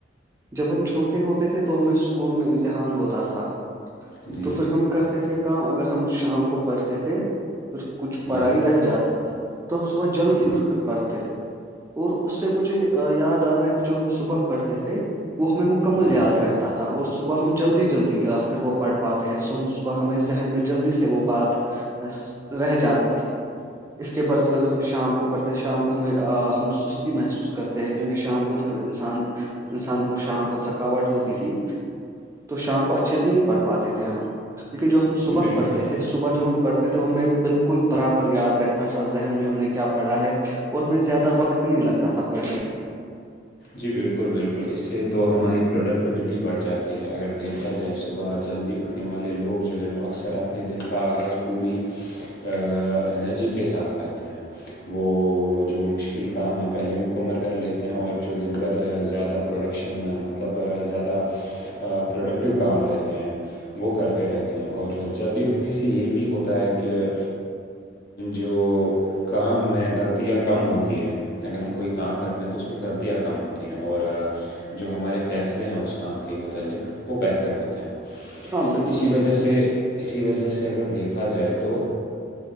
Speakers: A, on the right; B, on the left.
A: جب ہم چھوٹے ہوتے تھے تو ہمیں اسکول میں امتحان ہوتا تھا
B: جی
A: تو پھر ہم کرتے تھے کام اگر ہم شام کو پڑھتے تھے پھر کچھ پڑھائی
B: جی
A: رہ جاتی تھی تو ہم صبح جلدی
B: جی
A: اٹھ کر پڑھتے تھے اور اس سے مجھے یاد آ رہا ہے کہ جو ہم صبح پڑھتے تھے وہ ہمیں مکمل
B: جی
A: یاد رہتا تا تھا اور صبح ہم جلدی جلدی پھر وہ پڑھ پاتے ہیں س صبح ہمیں ذہن میں جلدی سے وہ بات رہ جاتی تھی اس کے برعکس اگر ہم شام کو پڑھتے ہیں شام کو ہمیں ہم سستی محسوس کرتے ہیں کیونکہ شام کو پھر انسان انسان کو شام کو تھکاوٹ ہوتی تھی تو شام کو اچھے سے نہیں پڑھ پاتے تھے ہم لیکن جو ہم
B: جی
A: صبح
B: بالکل
A: پڑھتے تھے صبح جو ہم پڑھتے تھے وہ ہمیں بالکل برابر یاد رہتا تھا ذہن میں ہم نے کیا پڑھا ہے اور ہمیں زیادہ وقت نہیں لگتا تھا پڑھنے میں
B: جی بالکل بالکل اس سے تو ہماری پروڈکٹیویٹی بڑھ جاتی ہے اگر دیکھا جائے صبح جلدی اٹھ رنے والے لوگ جو ہے وہ اکثر اپنے دن کا آغاز پوری انرجی کے ساتھ کرتے ہیں وہ جو مشکل کام ہے پہلے مکمر کر لیتے ہیں اور جو دن بھر زیادہ پروڈکشن مطلب زیادہ پروڈکٹیو کام رہتے ہیں وہ کرتے رہتے ہیں اور جلدی اٹھنے سے یہ بھی ہوتا ہے کہ جو کام میں غلطیاں کم ہوتی ہیں اگر ہم کوئی کام کرتے ہیں تو اس میں غلطی تیاں کم ہوتی ہیں اور جو ہمارے فیصلے ہیں اس کام کے متعلق وہ بہتر ہوتے ہیں
A: ہاں بالکل
B: اسی وجہ
A: صحیح
B: سے اسی وجہ سے اگر دیکھا جائے تو